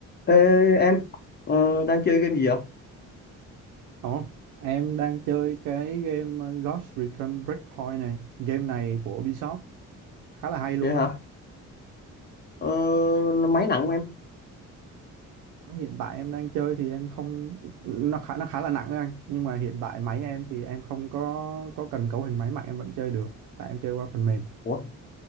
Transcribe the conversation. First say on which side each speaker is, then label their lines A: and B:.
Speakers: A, on the left (about 30°); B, on the right (about 85°).
A: Ê, em ờ, đang chơi game gì vậy?
B: Ồ, em đang chơi cái game uh, Ghost Recon Breakpoint này. Game này của Ubisoft khá là hay luôn
A: Vậy hả?
B: á.
A: Ờ, máy nặng của em.
B: Hiện tại em đang chơi thì em không nó khá nó khá là nặng á anh, nhưng mà hiện tại máy em thì em không có có cần cấu hình máy mạnh em vẫn chơi được, tại em chơi qua phần mềm.
A: Ủa,